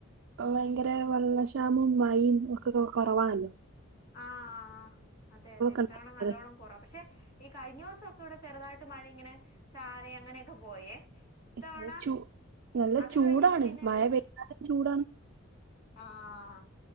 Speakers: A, on the right (about 60°); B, on the left (about 50°).
A: ഇപ്പൊ ഭയങ്കര വെള്ളക്ഷാമം മയും ഒക്കെ കുറവാണല്ലോ
B: ആഹ് ആ അതെ അതെ ഇത്തവണ
A: ഉണ്ടാവ
B: നല്ലവണ്ണം കുറ പക്ഷെ ഈ കഴിഞ്ഞ ദിവസംക്കെ ഇവിടെ ചെറുതായിട്ട് മഴ ഇങ്ങനെ ചാറി അങ്ങനെയൊക്കെ പോയേ ഇത്തവണ
A: പക്ഷേ ചൂ നല്ല
B: അത്
A: ചൂടാണ്
B: കഴിഞ്ഞിട്ട് പിന്നെ
A: മഴ
B: വയിയില്ല
A: പെയ്താലും ചൂടാണ്
B: ആഹ്